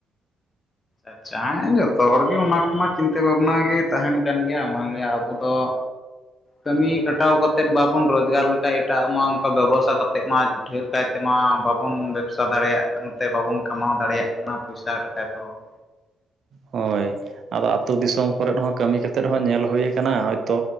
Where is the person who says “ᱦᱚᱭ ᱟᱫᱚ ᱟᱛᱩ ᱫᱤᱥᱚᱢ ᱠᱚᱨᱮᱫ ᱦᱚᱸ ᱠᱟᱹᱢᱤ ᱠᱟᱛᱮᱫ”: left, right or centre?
Right